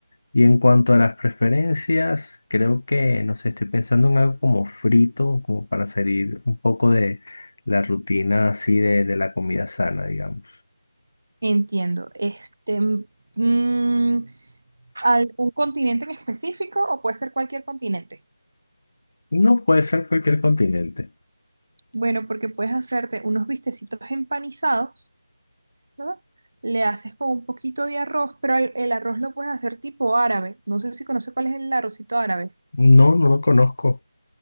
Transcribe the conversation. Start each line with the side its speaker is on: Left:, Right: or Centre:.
Left: y en cuanto a las preferencias, creo que, no sé, estoy pensando en algo como frito, como para salir un poco de la rutina así de, de la comida sana, digamos.
Right: Entiendo. Este, mm, ¿algún continente en específico o puede ser cualquier continente?
Left: No puede ser cualquier continente.
Right: Bueno, porque puedes hacerte unos bistecitos empanizados, ¿no? Le haces con un poquito de arroz, pero el, el arroz lo puedes hacer tipo árabe. No sé si conoces cuál es el arrocito árabe.
Left: No, no lo conozco.